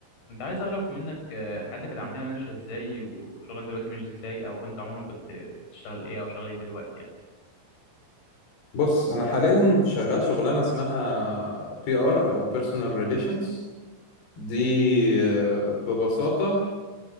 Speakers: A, on the left; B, on the left.
A: كنت عايز اعرف منك آه، حياتك العمليه ماشيه ازاي وشغلك دلوقتي مش ازاي او انت عموما كنت بتشتغل ايه او شغال ايه دلوقتي يعني
B: بص انا حاليا شغال شغلانه اسمها بي ار او بيرسونال ريليشنز دي آه، ببساطه